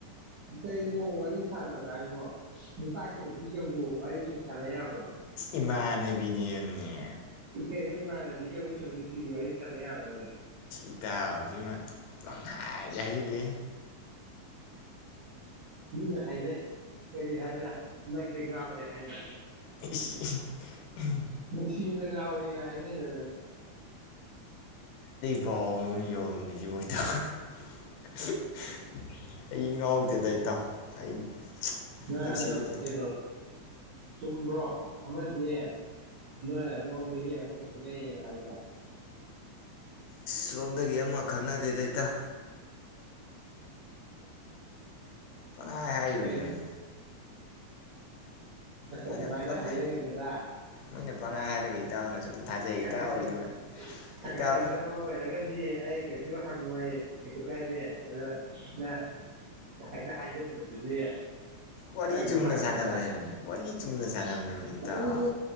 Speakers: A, on the right (about 65°); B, on the left (about 75°).
A: ꯀꯩꯅꯣ ꯋꯥꯔꯤ ꯁꯅꯕ ꯍꯥꯏꯕꯣ ꯅꯨꯄꯥꯒ ꯅꯨꯄꯤꯒꯕꯨ ꯋꯥꯔꯤ ꯁꯨꯝ ꯁꯥꯟꯅꯩ ꯌꯥꯕ꯭ꯔꯣ
B: ꯏꯃꯅꯦꯕꯤꯗꯤ ꯑꯦꯝꯅꯤ
A: ꯀꯩꯅꯣ ꯏꯃꯥꯟꯅꯕꯤꯒ ꯑꯃ ꯅꯨꯡꯇꯤꯒꯤ ꯋꯥꯔꯤ ꯁꯥꯟꯅ ꯌꯥꯕ꯭ꯔꯥꯅꯦ
B: ꯏꯇꯥ ꯍꯧꯁꯤꯃ ꯪ ꯍꯥꯏꯥꯏꯖ ꯍꯥꯏꯁꯤꯦ
A: ꯃꯤꯅ ꯍꯥꯏꯅꯩ ꯀꯔꯤ ꯍꯥꯏꯅ ꯅꯪꯗꯤ ꯉꯥꯎꯔꯦ ꯍꯥꯏꯅ
B: ꯎꯝ <unintelligible>
A: ꯅꯨꯡꯁꯤꯕꯤꯗ ꯉꯥꯎꯔꯦꯅ ꯍꯥꯏꯅꯩꯗ ꯅꯪꯖꯦ
B: <unintelligible> ꯃꯤ <unintelligible> ꯑꯩ ꯉꯥꯎꯗꯦꯗ ꯏꯇꯥꯎ ꯑꯩ
A: ꯑ
B: ꯅꯨꯡꯁꯤꯕꯗ
A: ꯑꯗꯣꯇꯩ ꯆꯨꯝꯕ꯭ꯔꯣ ꯑꯃꯗꯤ ꯅꯣꯏ ꯑꯗꯣꯝꯗꯒꯤ ꯑꯃ ꯈꯪꯅꯩ ꯌꯦꯅ ꯍꯥꯏꯗ
B: ꯁꯣꯝꯗꯒꯤ ꯑꯃ ꯈꯪꯅꯗꯦꯗ ꯏꯇꯥꯎ ꯄꯪꯉꯥꯏ ꯍꯥꯏꯌꯨꯅꯤꯃꯤ
A: ꯀꯩꯅꯣ ꯑ
B: ꯃꯣꯏꯅ
A: ꯑꯗꯨꯃꯥꯏꯅ
B: ꯄꯪꯍꯥꯏ
A: ꯍꯌꯦꯡꯉꯦ ꯑꯗꯨꯗ
B: ꯃꯣꯏꯅ ꯄꯪꯍꯥꯏ ꯍꯥꯏꯔꯒ ꯏꯇꯥꯎꯅ ꯁꯨꯝ ꯊꯥꯖꯩ
A: ꯈꯪꯍꯟꯅꯤꯡ
B: ꯏꯇꯥꯎ ꯏꯕꯥ
A: ꯈꯪꯍꯟꯅꯤꯡꯗꯕ
B: ꯏꯇꯥꯎ
A: ꯑꯣꯏꯔꯒꯗꯤ ꯑꯩ ꯀꯩꯁꯨ ꯍꯪꯉꯣꯏ ꯀꯩꯁꯨ ꯀꯥꯏꯗꯦ ꯑꯗ ꯅ ꯍꯦꯛꯇ ꯍꯥꯏꯖꯤꯟꯕꯗꯨꯗꯤ
B: ꯋꯥꯔꯤ
A: ꯅꯪ
B: ꯆꯨꯝꯅ
A: ꯅꯨꯡꯉꯥꯏꯇꯦꯗ
B: ꯁꯥꯟꯅꯕꯅꯦꯝꯅꯤ ꯋꯥꯔꯤ ꯆꯨꯝꯂ ꯁꯅꯝꯅꯦꯃꯤ ꯏꯇꯥꯎ
A: ꯀꯔꯤꯅꯣ